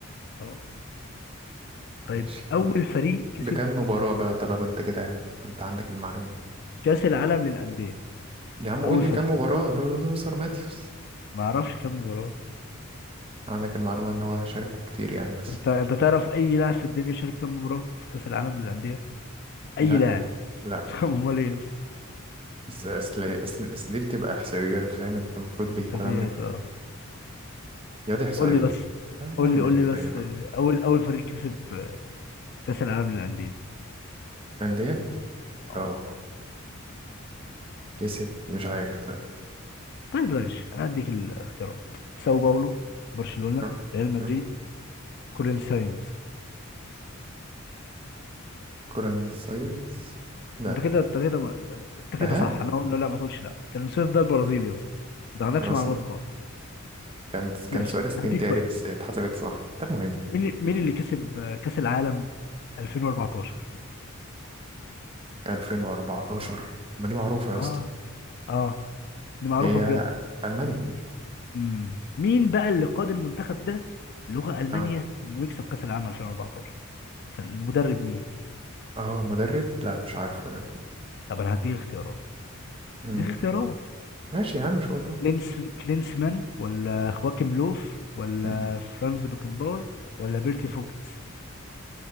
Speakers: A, on the left (about 50°); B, on the right (about 25°).
A: اه طيب
B: ماشي
A: اول فريق كسب
B: بكم مباراة بقى طالما انت كده كنت عندك المعلومة
A: كاس العالم للانديه
B: يا عم قول
A: اول
B: لي
A: فريق
B: كم مباراة لو- لو- لوثر ماتيوس
A: ما اعرفش كام مباراه
B: عندك المعلومة ان هو شاركه كتير يعني بس
A: انت انت تعرف اي لاعب في الدنيا شارك كام مباراه في كاس العالم للانديه اي
B: لا
A: لاعب
B: لا
A: <laughs> امال ايه يا اسطى
B: بس اصل اصل اصل دي بتبقى احصائيات فاهم انت المفروض بيكون
A: حسابيات
B: عندك انت
A: اه
B: يا دي احصائيات
A: قول لي بس
B: آه
A: قول
B: يا عم
A: لي قول لي
B: غير
A: بس
B: بقى.
A: آه، اول اول فريق كسب آه، كاس العالم للانديه
B: أندية
A: اه
B: اه كسب مش عارف لا
A: طيب ماشي انا هديك الاختيارات ساو باولو برشلونه
B: م-
A: ريال مدريد
B: م-
A: كورين ساينز
B: كورن سايز لا
A: انت كده انت كده ما... انت كده
B: ها
A: صح انا اقول له لا ما تقولش لا كورين ساينز ده البرازيلي يا اسطى انت ما عندكش
B: أنا اصلا
A: معلومات خالص
B: كان كان
A: ماشي
B: سؤال استنكاري
A: هديك سؤال
B: بس اتحسبت صح ده المهم
A: مين مين اللي كسب آه، كأس العالم 2014
B: 2014 طب ما دي معروفة يا
A: اه
B: اسطى
A: اه دي معروفة
B: هي
A: بجد
B: ألمانيا
A: امم مين بقى اللي قاد المنتخب ده لغة ألمانيا
B: اه
A: انه يكسب كأس العالم 2014 كان المدرب مين
B: اه مدرب لا مش عارفه ده
A: طب انا هديك اختيارات
B: مم.
A: هديك اختيارات
B: ماشي يا عم مش هقول ده
A: كلينس كلينسمان ولا خواكيم لوف ولا
B: مم.
A: فرانز بيكنباور ولا بيرتي فوكتس